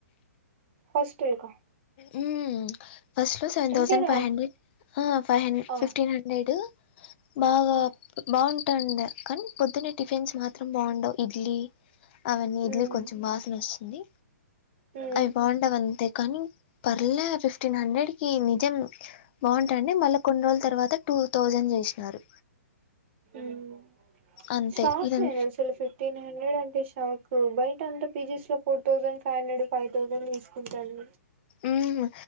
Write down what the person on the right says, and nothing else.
హస్టల్ క
అంతేనా
ఆ
ఆ
ఉమ్
ఉమ్
మ్మ్
షాక్
నేను అసలు ఫిఫ్టీన్ హండ్రెడ్ అంటే నాకు బయట అంత పీజీస్ లో four thousand five hundred five thousand తీసుకుంటాను